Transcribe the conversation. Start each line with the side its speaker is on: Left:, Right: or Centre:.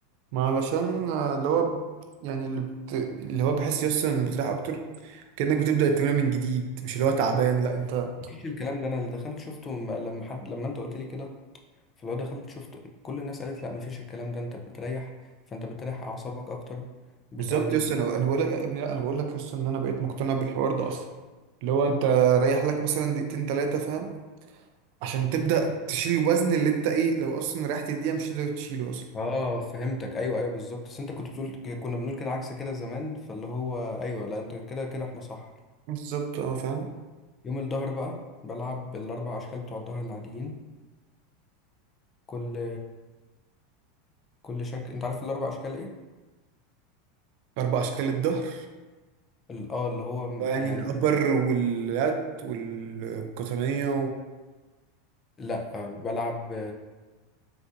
Right: ما علشان آه، اللي هو ب- يعني اللي بت... اللي هو بحس يسطا ان بتريح اكتر كأنك بتبدأ التمرين من جديد مش اللي هو تعبان لا انت
Left: مفيش الكلام ده انا اللي دخلت شفته م- لما حد لما انت قلت لي كده فلو دخلت شفت كل الناس قالت لا مفيش الكلام ده انت بتريح فانت بتريح اعصابك اكتر بتعمل
Right: بالظبط يسطا انا انا بقول لك يا ابني لا انا بقول لك يسطا ان انا بقيت مقتنع بالحوار ده اصلا لو انت رايح لك مثلا دقيقتين تلاتة فاهم عشان تبدأ تشيل الوزن اللي انت ايه لو اصلا ريحت دقيقة مش تقدر تشيله اصلا
Left: اه فهمتك ايوه ايوه بالظبط بس انت كنت بتقول كنا بنقول كده عكس كده زمان فاللي هو ايوه لا انت كده كده احنا صح
Right: بالظبط اه فاهم
Left: يوم الظهر بقى بلعب بالاربع اشكال بتوع الظهر العاديين كل كل شكل انت عارف الاربع اشكال ايه
Right: اربع اشكال الظهر
Left: ال- اه اللي هو م-
Right: يعني
Left: يعني
Right: الابر
Left: في...
Right: واللات والقطنية
Left: لا آه، بلعب